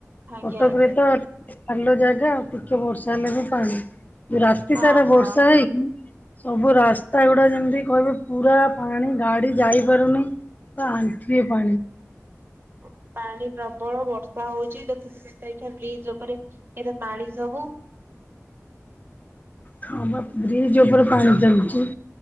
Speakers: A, on the right; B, on the left.
A: ଆଜ୍ଞା
B: କଟକ
A: ଆଜ୍ଞା
B: ରେ ତ ଖାଲ ଜାଗା ଆଉ ଟିକେ ବର୍ଷା ହେଲେ ବି ପାଣି। ରାତି
A: ହଁ
B: ସାରା
A: ହଁ।
B: ବର୍ଷା ହେଇକି ସବୁ ରାସ୍ତା ଗୁଡା ଯେମିତି, କହିବେ ପୁରା ପାଣି ଗାଡି ଯାଇପାରୁନି। ପୁରା ଆଣ୍ଠିଏ ପାଣି।
A: ପାଣି ପାଣି ପ୍ରବଳ ବର୍ଷ ପଳଉଚି ଦେଖୁଚୁ ବ୍ରିଜ୍ ଉପରେ ଏରା ପାଣି ସବୁ
B: ହଁ ବା ବ୍ରିଜ୍ ଉପରେ ପାଣି ଚାଲୁଚି